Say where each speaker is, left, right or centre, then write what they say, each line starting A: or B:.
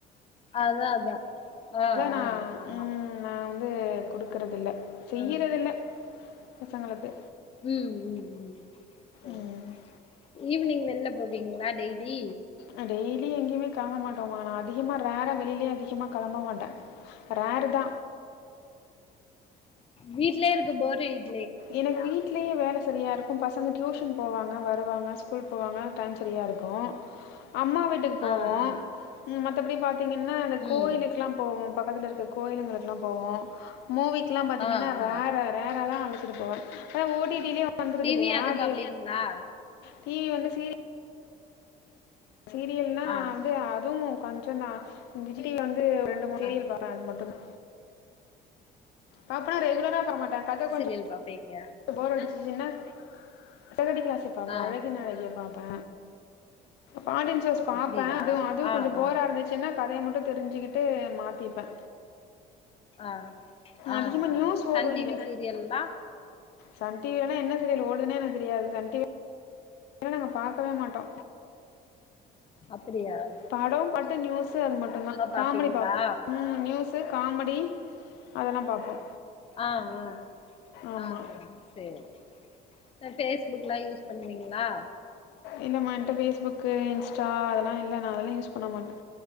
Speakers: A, on the left; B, on the left.
A: அதா அதா ஆ
B: நான்
A: ஆ ஆமா
B: ம் நா வந்து குடுக்கறது இல்ல செய்றது
A: ஆ
B: இல்ல பசங்களுக்கு
A: ம் ம் ம் செரி
B: ம்
A: ஈவ்னிங் வெள்ல போவீங்ளா டெய்லி
B: அ டெய்லி எங்கியுமே காண மாட்டோமா நா அதிகமா ரேரா வெளிலேயே அதிகமா கெளம்ப மாட்ட ரேரு தா
A: வீட்லே இருக்க போர் அடிக்
B: எனக்கு வீட் வீட்லயே வேல செரியா இருக்கு பசங்க டியூஷன் போவாங்க வருவாங்க ஸ்கூல் போவாங்க டைம் செரியா இருக்கு அம்மா வீட்டுக்கு போவோ
A: ஆ ஆ
B: மத்தபடி பாத்தீங்கனா இந்த கோயிலுக்குல்லா
A: ம்
B: போவோ பக்கத்துல இருக்க கோயிளுங்களுக்ல்லா போவோ மூவிக்குல்லா பாத்தீங்கனா
A: ஆ ஆ
B: ரேரா ரேரா தா அ இருப்போ ஆனா ஓ டி டி லியே வந்துருது
A: டிவி
B: இல்லையா
A: அது
B: டி
A: பாப்பீங்களா
B: டிவி வந்து சீரிய சீரியல்னா
A: ஆ
B: வந்து அதுவு கொஞ்ச தா விஜய் வந்து ரெண் டு முறையில்
A: ஆ
B: வர அது மட்டு தா பாப்பனா ரெகுலரா போ மாட்டே கத கொஞ்சோ
A: சிரீயல் பாப்பீங்க
B: போர் அடிச்சதுன்னா சிறகடிக்க ஆசை பாப்பே
A: ஆ
B: அழகின் அழகுல பாப்பே பாண்டியன் ஸ்டோர்ஸ் பாப்பே
A: அப்டியா
B: அதுவு அதுவு
A: ஆ
B: கொஞ்ச போரா
A: ஆ
B: இருந்துச் சின்னா கதைய மட்டு தெரிஞ்சிக்கிட்டு மாத்திப்பே
A: ஆ ஆ
B: அதிகமா
A: ஆ
B: நியூஸ்
A: சன்
B: ஓடு
A: டிவி
B: இங்க
A: சீரியல்லா
B: சன் டிவில எல்லா என்ன சீரியல் ஓடுதுனே எனக்கு தெரியாது சன் டிவி இல்ல நாங்க பாக்கவே மாட்டோ
A: அப்படியா
B: பட மட்டு நியூஸ் அது மட்டு தா
A: பாப்பீங்களா
B: காமெடி பாப்போ ஆ நியூஸு காமெடி அதெல்லா பாப்போ
A: ஆ ஆ
B: ஆமா
A: ஆ சேரி பேஸ்புக் எல்லா யூஸ் பண்ணுவீங்ளா
B: இல்லமா என்ட்ட பேஸ்புக்கு இன்ஸ்டா அதெல்லா இல்ல நா அதெல்லா யூஸ் பண்ண மாட்ட